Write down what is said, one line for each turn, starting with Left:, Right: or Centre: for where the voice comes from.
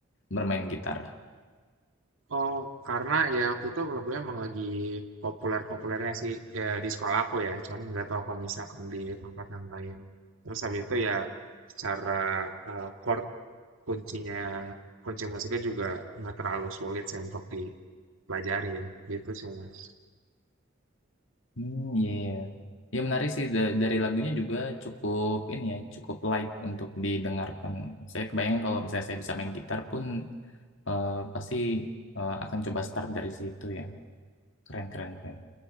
Left: bermain gitar?
Right: Oh, karena ya waktu itu lagunya emang lagi populer-populernya sih ya, di sekolah aku ya. Cuman nggak tahu kalau misalkan di tempat yang lain. Terus habis itu ya secara eh, chord kuncinya kunci musiknya juga nggak terlalu sulit sih untuk dipelajarin gitu sih Mas.
Left: Hmm, ya, iya. iya. Ya menarik sih Da- dari lagunya juga cukup ini ya, cukup light untuk didengarkan. Saya kebayang kalau misalnya saya bisa main gitar pun eh, pasti eh, akan coba start dari situ ya. Keren, keren, keren.